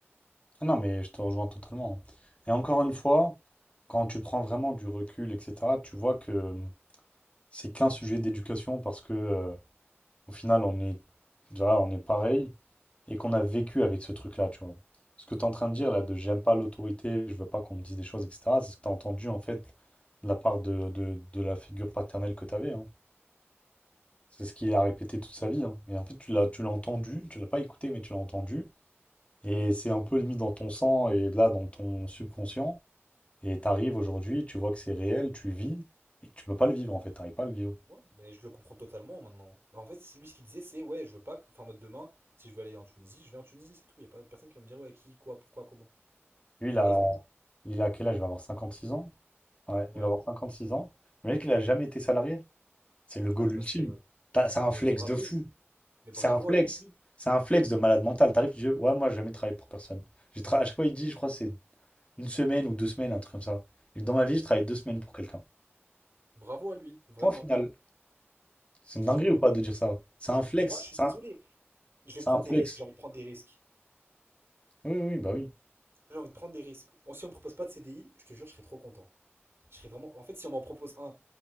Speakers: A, on the left; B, on the right.
A: Ah non, mais je te rejoins totalement. hein. Et encore une fois, quand tu prends vraiment du recul, etc., tu vois que c'est qu'un sujet d'éducation parce que euh, Au final, on est, tu on est pareil et qu'on a vécu avec ce truc-là, tu vois. Ce que tu es en train de dire là, de j'aime pas l'autorité, je veux pas qu'on me dise des choses, etc., c'est ce que tu as entendu en fait de la part de, de- de la figure paternelle que tu avais. hein. C'est ce qu'il a répété toute sa vie. hein. Et en fait, tu l'as, tu l'as entendu, tu l'as pas écouté, mais tu l'as entendu. Et c'est un peu limite dans ton sang et là dans ton subconscient. Et tu arrives aujourd'hui, tu vois que c'est réel, tu vis, et tu peux pas le vivre en fait, tu n'arrives pas à le vivre.
B: Ouais, mais je le comprends totalement maintenant. En fait, c'est lui ce qu'il disait, c'est ouais, je veux pas que. Enfin, en mode demain, si je veux aller en Tunisie, je vais en Tunisie, c'est tout. Il y a pas personne qui va me dire ouais, qui, quoi, pourquoi, comment.
A: Lui,
B: Il
A: il
B: a
A: a,
B: raison.
A: il a quel âge? Il va avoir 56 ans. Ouais,
B: Ouais.
A: il va avoir 56 ans. Imagine qu'il a jamais été salarié. C'est le goal
B: Là, bah,
A: ultime.
B: c'est. euh,
A: T'as- C'est un
B: Mais
A: flex
B: bravo,
A: Oui. de fou.
B: mais bravo
A: C'est un flex.
B: à lui,
A: C'est un flex de malade mental. T'arrives, tu dis, ouais, moi, j'ai jamais travaillé pour personne. J'ai tra- À chaque fois, il dit, je crois, que c'est une semaine ou deux semaines, un truc comme ça. Et dans ma vie, je travaille deux semaines pour quelqu'un.
B: bravo à lui, vraiment.
A: Point final. C'est
B: C'est
A: une dinguerie
B: tout.
A: ou pas de dire ça? C'est
B: Ouais,
A: un flex.
B: moi je suis
A: C'est
B: désolé.
A: un...
B: Je vais
A: c'est
B: prendre
A: un flex.
B: des risques, j'ai envie de prendre des risques.
A: Oui, oui, oui, bah oui.
B: J'ai envie de prendre des risques. Oh, Si on me propose pas de CDI, je te jure, je serais trop content. Je serais vraiment. En fait, si on m'en propose un,